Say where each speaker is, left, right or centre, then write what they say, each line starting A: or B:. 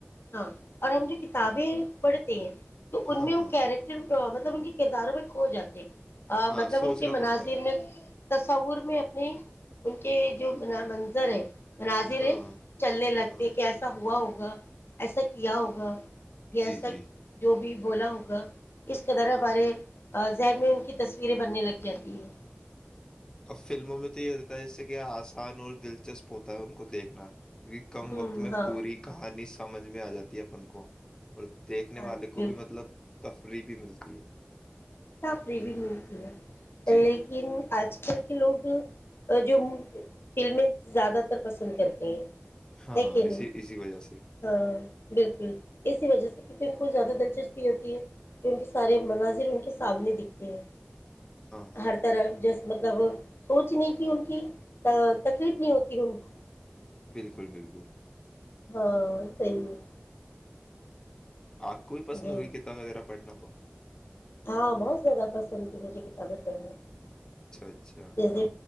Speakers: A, on the left; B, on the left.
A: ہاں اور ہم جو کتابیں پڑھتے ہیں تو ان
B: ہاں
A: میں
B: ہاں
A: کیریکٹر پرت مطلب ان کے کرداروں میں کھو جاتے ہیں
B: ہاں
A: مطلب
B: سوچنا
A: ان کے مناظر
B: پڑتا ہے
A: میں تصور میں اپنی <unintelligible> ان کے جو منظر ہے <unintelligible> ناضر
B: ہاں
A: چلنے لگتے
B: ہاں
A: کہ ایسا ہوا ہو <unintelligible> ہوگا ایسا کیا ہوگا <unintelligible> یہ
B: جی جی
A: سب جو بھی بولا ہوگا اس قدر ہمارے ذہن میں ان کی تصویریں بننے لگ جاتی ہیں <unintelligible>
B: اب فلموں میں تو یہ رہتا ہے جس سے کہ آسان اور دلچسپ ہوتا ہے ان کو دیکھنا کیکہ کم
A: ہوں
B: وقت میں
A: ہاں
B: پوری کہانی سمجھ میں آ جاتی ہے اپن کو اور دیکھنے
A: ہاں
B: والے
A: جی بالکل
B: کو بھی مطلب <unintelligible> تفریح بھی ملتی ہے <unintelligible>
A: سپری بھی ملتی ہے
B: جی
A: لیکن آج کل لوگ جو فلمیں زیادہ تر پسند کرتے ہیں
B: ہاں
A: ہے کہ نہیں
B: اسی اسی وجہ سے
A: ہاں بالکل اسی وجہ سے کیونکہ ان کو زیادہ دلچسپی ہوتی ہے کہ ان کے سارے مناظر ان کے سامنے دکھتی ہیں
B: ہاں ہاں
A: <unintelligible> ہر طرح جس مطلب سوچنے کی ان کی تکلیف نہیں ہوتی ہے ان کو
B: بالکل بالکل <unintelligible>
A: ہاں صی ہے <unintelligible>
B: آپ کو بھی پسند
A: جی
B: ہوئیتا وغیرہ <unintelligible> پڑھنا تو <inaudible>
A: ہاں بہت زیادہ پس <unintelligible> ند تھی مجھے کتابیں پڑھنی
B: اچھا اچھا
A: جیسے